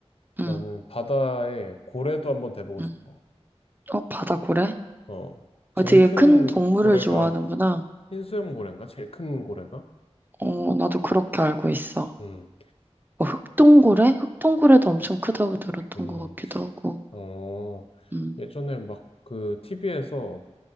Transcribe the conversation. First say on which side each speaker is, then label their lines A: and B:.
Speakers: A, on the left; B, on the right.
A: 나는
B: 음,
A: 바다에 고래도 한번 대보고
B: 음.
A: 싶어.
B: 어, 바다 고래?
A: 어, 제일
B: 어, 되게
A: 큰
B: 큰 동물을
A: 고래가
B: 좋아하는구나.
A: 흰수염 고래인가? 제일 큰 고래가?
B: 어, 나도 그렇게 알고 있어.
A: 음,
B: 뭐 흑동고래? 흑동고래도 엄청 크다고 들었던
A: 음,
B: 것 같기도 하고.
A: 어,
B: 음,
A: 예전에 막 그 TV에서